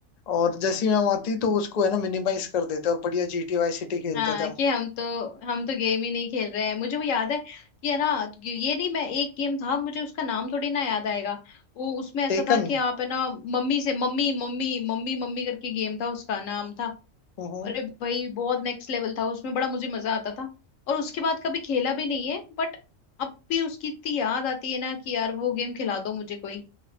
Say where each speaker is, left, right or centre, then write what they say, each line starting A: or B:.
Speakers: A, on the left (about 55°); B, on the left (about 75°).
A: और जैसी मैम आती तो उसको है ना मिनिमाइज कर देते और बढ़िया G T vice city खेलते
B: हाँ
A: थे हम
B: कि हम तो हम तो गेम ही नहीं खेल रहे हैं मुझे वो याद है कि है ना ये नहीं मैं एक गेम था मुझे उसका नाम थोड़ी ना याद आएगा वो उसमें ऐसा
A: टेकन
B: था कि आप है ना मम्मी से मम्मी मम्मी मम्मी मम्मी करके गेम था उसका नाम था
A: हम्म,
B: अरे भाई बहुत नेक्स्ट लेवल था उसमें बड़ा मुझे मजा आता था और उसके बाद कभी खेला भी नहीं है बट अब भी उसकी इतनी याद आती है ना कि यार वो गेम खिला दो मुझे कोई